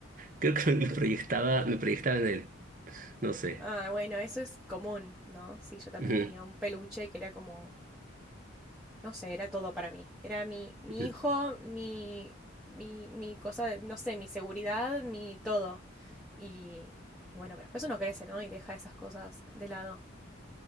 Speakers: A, on the right; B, in the centre.
A: creo que <laughs> me proyectaba, me proyectaba en él. No sé.
B: Ah, bueno, eso es común, ¿no? Sí, yo también
A: Ujú,
B: tenía un peluche que era como no sé, era todo para mí. Era mi, mi
A: ujú.
B: hijo, mi, mi, mi cosa, de- no sé, mi seguridad, mi todo. Y, y bueno, pero después uno crece, ¿no? Y deja esas cosas de lado.